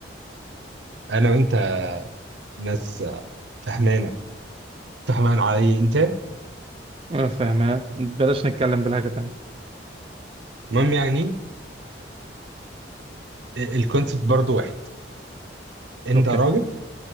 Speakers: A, on the right (about 70°); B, on the right (about 30°).
A: انا وانت ناس آه، فهمانه فهمان علي انت
B: أنا فاهمها بلاش نتكلم بالحاجة تانية
A: المهم يعني الكونسيبت برضو واحد انت
B: أوكي
A: راجل